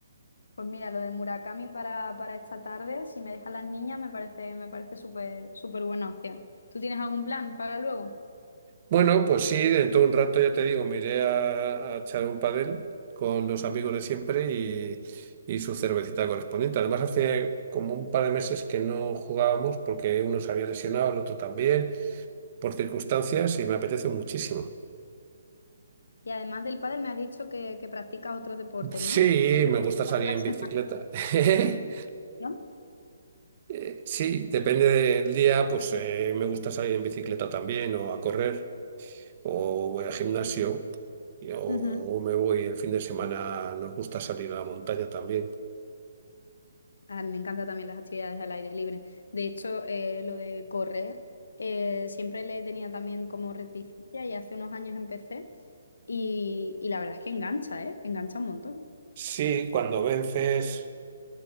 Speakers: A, on the left (about 80°); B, on the right (about 35°).
A: Pues mira, lo de Murakami para, para esta tarde, si me dejan las niñas, me parece, me parece súper, súper buena opción. ¿Tú tienes algún plan para luego?
B: Bueno, pues sí, dentro de un rato ya te digo, me iré a, a echar un padel con los amigos de siempre y, y su cervecita correspondiente. Además, hace como un par de meses que no jugábamos porque uno se había lesionado, el otro también, por circunstancias y me apetece muchísimo.
A: Y además del pádel, me has dicho que, que practicas otros deportes,
B: Sí,
A: ¿no? Te puedo
B: me gusta salir
A: la
B: en
A: semana,
B: bicicleta. <laughs>
A: ¿no?
B: Eh, sí, depende del día, pues eh, me gusta salir en bicicleta también o a correr o voy al gimnasio y- o, o
A: Ujú.
B: me voy el fin de semana, nos gusta salir a la montaña también.
A: Ah, me encantan también las actividades al aire libre. De hecho, eh, lo de correr, eh, siempre le tenía también como reticencia y hace unos años empecé y, y la verdad es que engancha, ¿eh? Engancha un montón.
B: Sí, cuando vences,